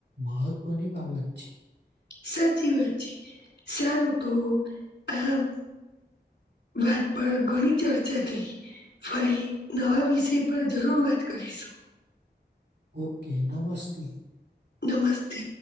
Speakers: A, on the right; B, on the left.
A: મહત્વની બાબત છે.
B: સાચી વાત છે સારું તો આમ વાત પર ઘણી ચર્ચા થઈ ફરી નવા વિષય પર જરૂર વાત કરીશું.
A: ઓકે નમસ્તે.
B: નમસ્તે.